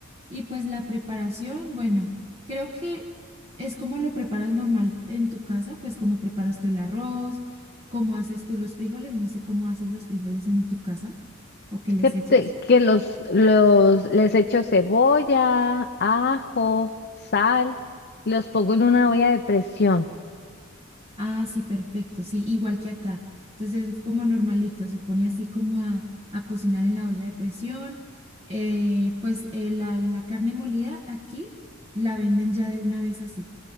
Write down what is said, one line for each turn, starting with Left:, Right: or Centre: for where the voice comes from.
Right: Y pues la preparación, bueno, creo que es como lo preparas normal en tu casa, pues como preparas tú el arroz, cómo haces tú los frijoles, no sé cómo haces los frijoles en tu casa o qué les
Left: Que, te-
Right: echas.
Left: que los, los, les echo cebolla, ajo, sal, y los pongo en una olla de presión.
Right: Ah, sí, perfecto, sí, igual que acá. Entonces es como normalito, se pone así como a, a cocinar en la olla de presión. Eh, pues eh, la, la carne molida aquí la venden ya de una vez así.